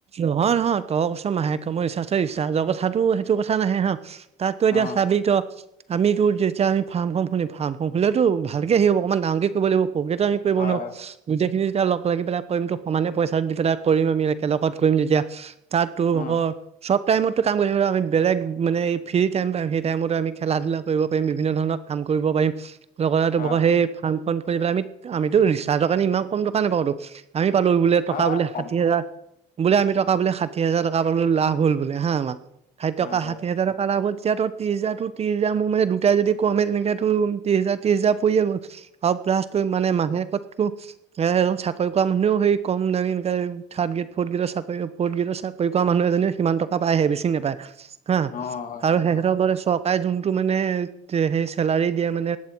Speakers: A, on the right; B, on the left.
A: নহয় নহয় তই কইছ মাহেক মই ৰিচাৰ্জৰ কথাতো সেইটো কথা নাহে হ তাততো এতিয়া
B: অ
A: চাবি তই আমিতো যেতিয়া আমি ফাৰ্ম খন খুলিম ফাৰ্ম খন খুলিলেতো ভালকে হেৰি হব অকণমান ডাঙৰ কে কৰিব লাগিব। <unintelligible> টো আমি কৰিব
B: হয়
A: নোৱাৰো
B: হয়
A: গোটেইখিনি যেতিয়া লগ লাগি পেলাই কৰিম তো সমানে পইচা দি পেলাই কৰিম আমি একেলগত কৰিম তেতিয়া তাত তোৰ
B: অ
A: হক চব টাইমতটো কাম কৰিবলৈ আমি বেলেগ মানে এই ফ্ৰী টাইম পাম সেই টাইমতে আমি খেলা ধূলা কৰিবাৰি বিভিন্ন ধৰণৰ কাম কৰিব পাৰিম। লগতে <unintelligible>
B: হয়
A: সেই ফাৰ্মখন খুলি পেলাই আমি আমিতো ৰিচাৰ্জৰ কাৰণে ইমান কম তকা নাপাও টো লৈ বোলে টকা
B: হয় হয়
A: বোলে
B: কম
A: ষাঠি হাজাৰ বোলে আমি টকা বোলে ষাঠি হাজাৰ টকা পালো লাভ হল বোলে হা আমাৰ সেই
B: হয়
A: টকা
B: হয়
A: ষাঠি হাজৰ লাভ হ'ল তেতিয়া ত্ৰিশ হাজাৰটো ত্ৰিশ হাজাৰ মোৰ মানে দুটাই যদি কমে তেনেক তো ত্ৰিছ হাজাৰ ত্ৰিছ হাজাৰ পৰিয়ে গল। অ' প্লাছ তুমি মানে <unintelligible> এ চাকৰি কৰা মানুহেও সেই কম দামী এনেকে থাৰ্ড গ্ৰেত ফ'ৰ্থ গ্ৰেদৰ চাকৰি ফৰ্থ গেডৰ চাকৰি কৰা মানুহ এজনীও সিমান টকা পায়হে বেছি টকা নাপায়। হা
B: অ
A: আৰু
B: হয় হয়
A: সেহতৰ
B: বাৰু
A: দৰে চক তাই যোনটো মানে সেই চেলাৰি দিয়ে মানে